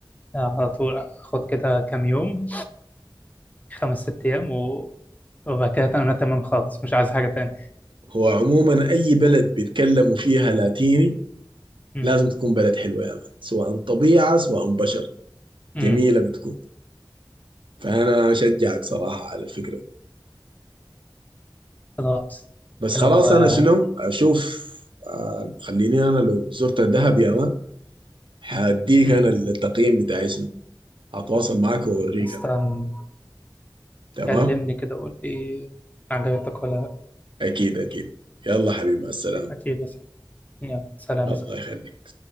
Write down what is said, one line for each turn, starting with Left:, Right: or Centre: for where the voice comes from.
Left: آه، على طول اخد كده كام يوم خمس ست ايام و... وبعد كده انا تمام خالص مش عايز حاجه تاني
Right: هو عموما اي بلد بيتكلموا فيها لاتيني
Left: امم
Right: لازم تكون بلد حلوة يا مان سواء طبيعة سواء بشر جميلة
Left: امم
Right: بتكون فأنا أشجعك صراحة على الفكرة دي
Left: خلاص
Right: بس
Left: لو
Right: خلاص
Left: آه،
Right: أنا شنو أشوف آه، خليني أنا لو زرت الدهب يا مان هديك
Left: امم
Right: أنا التقييم بتاعي شنو هتواصل معاك وأوريك
Left: استنى
Right: أنا. تمام
Left: كلمني كده قول لي عجبتك ولا لا
Right: أكيد أكيد يلا حبيبي مع السلامة
Left: اكيد بس يلا سلام
Right: الله يخليك